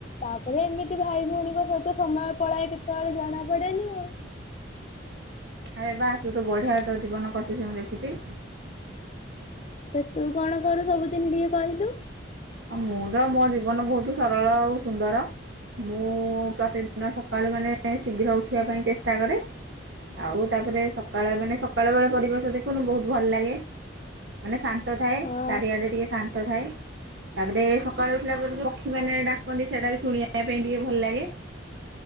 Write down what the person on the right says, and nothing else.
ଏ ବା ତୁ ତ ବଢିଆ ତୋ ଜୀବନ କଟୁଛି ମୁଁ ଦେଖୁଛି।
ଆଉ ମୁଁ ତ ମୋ ଜୀବନ ବହୁତ ସରଳ ଆଉ ସୁନ୍ଦର ମୁଁ ପ୍ରତିଦିନ ସକାଳୁ ମାନେ ଶୀଘ୍ର ଉଠିବା ପାଇଁ ଚେଷ୍ଟା କରେ ଆଉ ତାପରେ ସକାଳ ମାନେ ସକାଳ ବେଳେ ପରିବେଶ ଦେଖୁନୁ ବହୁତ ଭଲ ଲାଗେ ମାନେ ଶାନ୍ତି। ଶାନ୍ତ ଥାଏ
ଚାରିଆଡ଼େ ଟିକେ ଶାନ୍ତ ଥାଏ। ତାପରେ। ସକାଳୁ ଉଠିଲା ପରେ ଯେଉଁ ପକ୍ଷୀମାନେ ଡାକନ୍ତି ସେଇଟା ବି ଶୁଣିବା ପାଇଁ ଟିକେ ଭଲ ଲାଗେ